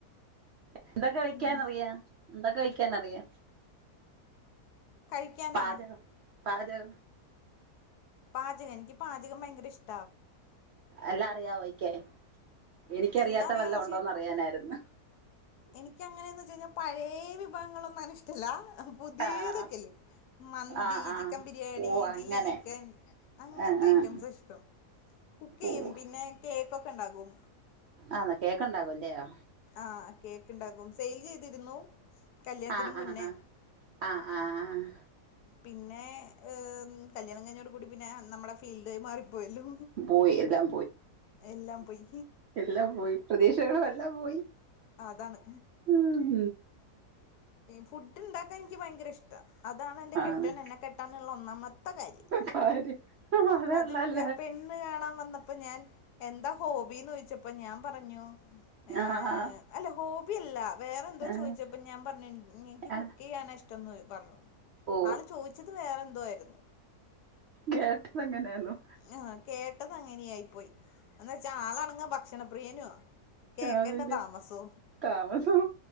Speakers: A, on the right; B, on the left.
A: എന്തൊക്കെ
B: പിന്നെ
A: വെക്യാനറിയാ എന്തൊക്കെ വെക്യാനറിയാ
B: കഴിക്കാനാ
A: പാജകം പാജക
B: പാചകം എനിക്ക് പാചകം ഭയങ്കര ഇഷ്ട
A: എല്ലാം അറിയാവോയികാൻ എനിക്കറിയാത്ത
B: എല്ലാം അറിയാന്ന്
A: വല്ല ഉണ്ടോന്ന് അറിയാനായിരുന്നു.
B: എനിക്ക് അങ്ങനെയന്ന് വെച് കഴിഞ്ഞാൽ പഴയേ വിഭവങ്ങളൊന്നുംന ഇഷ്ടല്ല പുതിയതൊക്കെയല്ലേ
A: ആഹ്
B: മന്തി
A: ആഹ് ആഹ്
B: ചിക്കൻ ബിരിയാണി
A: ഓഹ് അങ്ങനെ
B: ചില്ലി ചിക്കൻ അങ്ങനത്തെ
A: ആഹ് ആഹ്
B: ഐറ്റംസ ഇഷ്ടം കുക്ക് ചെയ്യും
A: ഓഹ്
B: പിന്നെ കേക്ക്ക്കെ ഉണ്ടാകും
A: ആന്നാ കേക്കണ്ടാകുംല്ലയോ?
B: ആഹ കേക്ക്ണ്ടാക്കും സെയിലെയ്തിരുന്നു കല്യാണത്തിന്
A: ആഹ്
B: മുന്നേ
A: ആഹ് ആഹ് ആഹ് ആഹ്
B: പിന്നെ ഏഹ്മ് കല്യാണം കഞ്ഞോട് കൂടി പിന്നെ നമ്മുടെ ഫീൽഡ് മാറിപ്പോയല്ലോ
A: പോയി എല്ലാം
B: എല്ലാം പോയി
A: എ പോയി പ്രതീക്ഷകളു എല്ലാം പോയി
B: അ അതാണ്
A: ഉം
B: ഫുഡ് ഇണ്ടാക്കാൻ ഇൻക്ക് ഭയങ്കര ഇഷ്ടാ അതാണ് എന്റെ കെട്ട്യോൻ
A: ആണ്
B: എന്നെ കെട്ടാനുള്ള ഒന്നാമത്തെ കാര്യം
A: കാര്യം അതള്ളല്ലേ
B: അതക്ക പെ ണ്ണു കാണാൻ വന്നപ്പോ ഞാൻ എന്താ ഹോബീന്ന് ചോദിച്ചപ്പോ ഞാൻ പറഞ്ഞു ഏ
A: ആഹ്
B: അല്ല ഹോബി അല്ല വേറെന്തോ
A: ആഹ്
B: ചോദിച്ചപ്പ ഞാൻ പറ ൻ ൻക്ക് കുക്ക്
A: ആഹ്
B: ചെയ്യാനാ ഇഷ്ടംന്ന് പറഞ്ഞു
A: ഓ
B: ആള് ചോദിച്ചത് വേറെ എന്തോ ആയ്രുന്നു
A: കേട്ടത് അങ്ങനെയാന്നു
B: ആ കേട്ടത് അങ്ങനെയായി പോയി എന്നാ വച്ചാ ആളണങ്ങി ഭക്ഷണപ്രിയനു കേക്കേണ്ട
A: അതിന്റെ
B: താമസൊ
A: താമസം